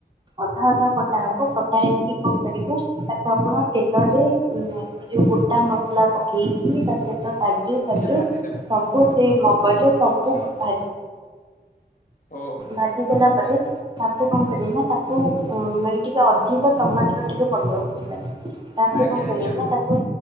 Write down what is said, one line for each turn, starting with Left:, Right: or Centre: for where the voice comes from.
Right: ଅଧା ଅଧା କଟା ହବ କ କଟା ହେଇକି କଣ କରିବ ତାକୁ ଆପଣ ତେଲରେ ଉଁ ତାକୁ ଯୋଉ ଗୋଟା ମସଲା ପକେଇକି ତା ସହିତ କା ଜୁ ଫାଜୁ
Left: ଟିକେ ଭାଜିଦେବୁ।
Right: ସବୁ ସେଇ ମଗଜ ସବୁ ମ ଭା
Left: ଓହୋ
Right: ଭାଜି ଦେଲା ପରେ ତାପରେ କଣ କରିଏ ନା ତାକୁ ଅଁ ମାନେ ଟିକେ ଅ ଅଧିକ ଟମାଟର ଟିକେ ପଡ଼ିବ ବୁଝିପାରିଲେ ତାପରେ
Left: ଆଜ୍ଞା
Right: କଣ କରିବେ
Left: ଆଜ୍ଞା
Right: ନା
Left: ବନ୍ଧୁ
Right: ତାକୁ